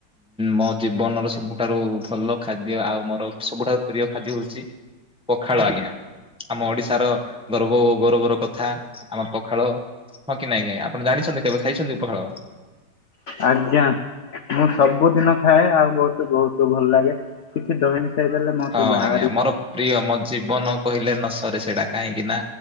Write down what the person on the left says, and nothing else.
ଆଜ୍ଞା, ମୁଁ ସବୁଦିନ ଖାଏ, ଆଉ ବହୁତ ବହୁତ ଭଲ ଲାଗେ। କିଛି ଦହି ମିଶାଇ ଦେଲେ ମତେ
ଭାରି